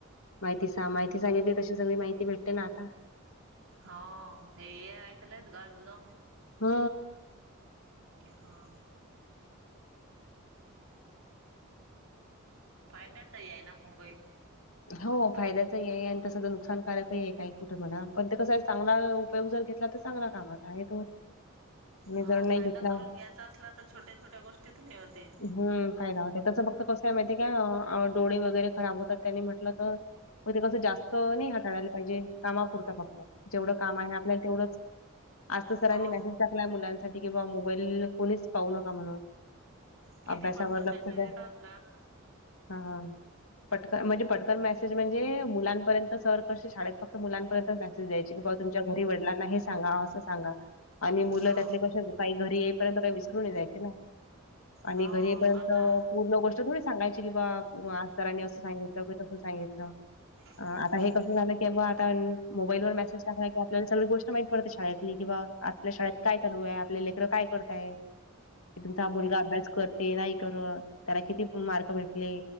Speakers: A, on the left; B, on the right.
A: माहिती सां माहिती सांगितली तशी सगळी माहिती भेटते ना आता
B: हो हे य तलंच गाजलं.
A: हा.
B: हा. फायद्याचाही आहे ना मोबाईल.
A: हो फायद्याचही आहे आणि तस नुकसानकारकही आहे. काही कुठे म्हणा पण ते कसा चांगला उपयोग जर घेतला तर चांगला कामचा आहे तो. आणि
B: ह
A: जर नाही
B: फायदा
A: घेतला
B: करून घ्यायचा असला तर छोट्या छोट्या गोष्टीत नाही होते.
A: हम् फायदा होत तसं फक्त कसं आहे माहितीय का डोळे वगैरे खराब होतात त्यांनी म्हट तर ते कसं जास्त नाही हाताळायला पाहिजे कामापुरत फक्त जेवढं काम आहे आपल्याला तेवढंच आज तर
B: हो
A: सरांनी मेसेज टाकला मुलांसाठी कि बा मोबाईल कोणीच पाहू नका म्हणून
B: किती
A: अभ्यासावरर
B: पटकन
A: लक्ष
B: मेसेज
A: द्या
B: येतात घरात
A: हा पटका म्हणजे पटकन मेसेज म्हणजे मुलांपर्यंत सर क शाळेत फक्त मुलांपर्यंत मेसेज द्यायची की बा तुमच्या घरी वडलां सांगा असं सांगा आणि मुलं
B: हा
A: त्यातले क काही घरी येईपर्यंत काही विसरून नाही जायचे ना. आणि
B: हो
A: घरी येपर्यंत
B: आता
A: पूर्ण गोष्ट <unintelligible> ुडी सांगायची कि बा असरांनी असं सांगायच. सगित
B: हम्म
A: आता हे झा कं आता मोबाईल वर मेसेज टाकय की आपल्याला सगळी गोष्ट माहिती पडते. शाळेतली किंवा आपल्या शाळेत काय चालू आहे आपले लेकर काय करताय की तुमचा हा मुलगा अभ्यास कर ते नाही करत त्याला किती मार्ग भेटले